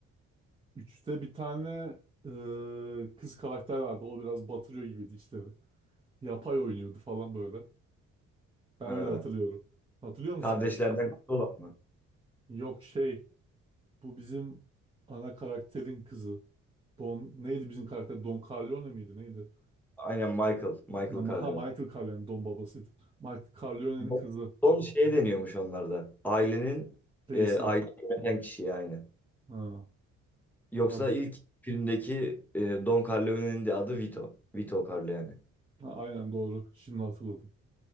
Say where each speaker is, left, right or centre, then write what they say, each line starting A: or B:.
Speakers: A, on the right; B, in the centre.
A: 3'te bir tane eee, kız karakter vardı. O biraz batırıyor gibiydi işleri. Yapay oynuyordu falan böyle. Ben
B: Ha.
A: öyle hatırlıyorum. Hatırlıyor musun
B: Kardeşlerden
A: onu?
B: kutlu olan mı?
A: Yok şey bu bizim ana karakterin kızı. Don neydi bizim karakter? Don Corleone miydi neydi?
B: Aynen Michael. Michael
A: Ama
B: Corleone.
A: ha Michael Corleone Don babasıydı. Michael Corleone'nin
B: Don
A: kızı
B: Don şeye deniyormuş onlarda. Ailenin
A: reisine.
B: e, aile yöneten kişiye aynı.
A: Ha.
B: Yoksa
A: Ya bu
B: ilk filmdeki e, Don Corleone'nin de adı Vito. Vito Corleone.
A: ha, aynen doğru. Şimdi hatırladım.